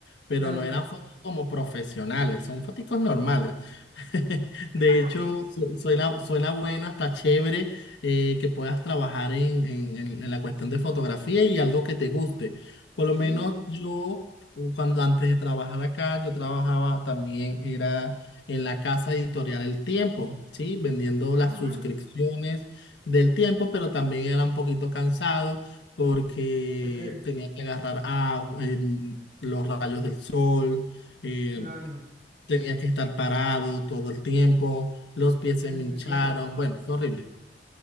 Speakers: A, on the left; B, on the right.
A: pero
B: Claro,
A: no eran fotos como profesionales, son fotos normales. <laughs> De
B: <laughs>
A: hecho, su- suena, suena buena, está chévere eh, que puedas trabajar en, en- en- en la cuestión de fotografía y algo que te guste. Por
B: sí.
A: lo menos yo, cuando antes de trabajar acá, yo trabajaba también, era en la casa editorial El Tiempo, ¿sí? Vendiendo las
B: Ah, wow.
A: suscripciones del Tiempo, pero también era un poquito cansado porque
B: ¿Por qué?
A: tenía que agarrar agua, em, los rayos del sol. eh,
B: Claro.
A: Tenía que estar parado todo el tiempo, los pies
B: ¿Era
A: se me
B: mucho
A: hincharon,
B: tiempo?
A: bueno, fue horrible.